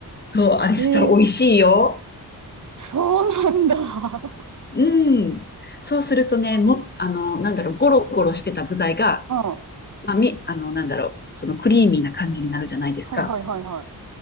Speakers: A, on the left; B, on the right.
A: そう、あれしたら美味しいよ。
B: ええそうなんだ。う
A: うん。そうするとね、
B: ん。
A: も、あの、なんだろう、
B: うん。
A: ゴロゴロしてた具材が、
B: ああ
A: まあ、み、あの、なんだろう、そのクリーミーな感じになるじゃないですか。
B: はいはいはいはい。